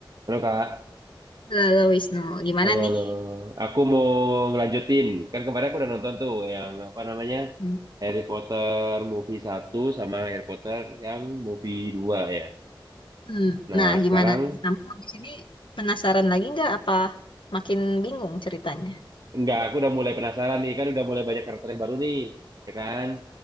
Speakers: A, on the right; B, on the left.
A: Halo Kak,
B: Halo Wisnu, gimana
A: halo
B: nih?
A: halo. Aku mau ngelanjutin. Kan kemarin aku udah nonton tuh yang apa namanya?
B: Hmm.
A: Harry Potter movie satu sama Harry Potter yang movie dua ya.
B: Hmm,
A: Nah,
B: Nah,
A: sekarang
B: gimana nih? Kamu habis ini penasaran lagi nggak apa makin bingung ceritanya?
A: enggak aku udah mulai penasaran nih, kan udah mulai banyak karakter yang baru nih, ya kan?